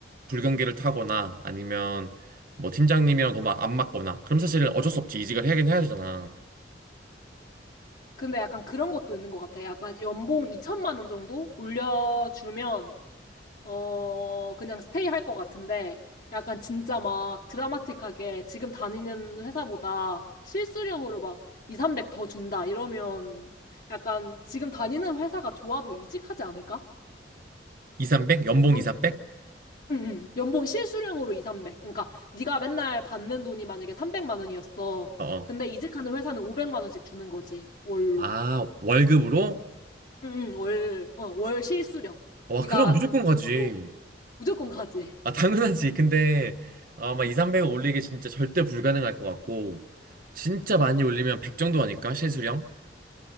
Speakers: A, on the right (about 50°); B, on the left (about 50°).
A: 불경기를 타거나 아니면 뭐 팀장님이랑 너무 안 맞거나 그럼 사실 어쩔 수 없지. 이직을 하긴 해야 되잖아.
B: 근데 약간 그런 것도 있는 것 같아. 약간 연봉 2천만 원 정도 올려주면 어, 그냥 스테이 할 것 같은데, 약간 진짜 막 드라마틱하게 지금 다니는 회사보다 실수령으로 막 2, 300 더 준다, 이러면 약간 지금 다니는 회사가 좋아도 이직하지 않을까?
A: 이삼백? 연봉
B: 너-
A: 이삼백?
B: 응, 응. 연봉 실수령으로 2, 300. 그러니까 네가 맨날 받는 돈이 만약에 300만 원이었어.
A: 어. 어.
B: 근데 이직하는 회사는 500만 원씩 주는 거지, 월로.
A: 아, 월급으로?
B: 응, 응, 월, 어, 월 실수령.
A: 와,
B: 네가
A: 그럼 어. 무조건
B: 진짜
A: 가지.
B: 돈으로 무조건 가지.
A: 아, 당연하지. 근데 아마 2, 300을 올리기 진짜 절대 불가능할 것 같고, 진짜 많이 올리면 100 정도 아닐까? 실수령?